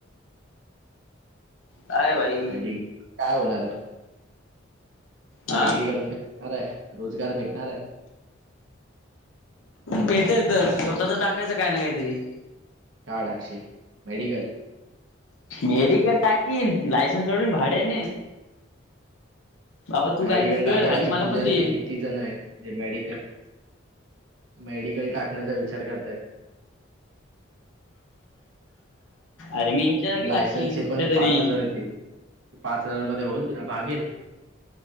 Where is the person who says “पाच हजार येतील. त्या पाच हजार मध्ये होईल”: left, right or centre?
Right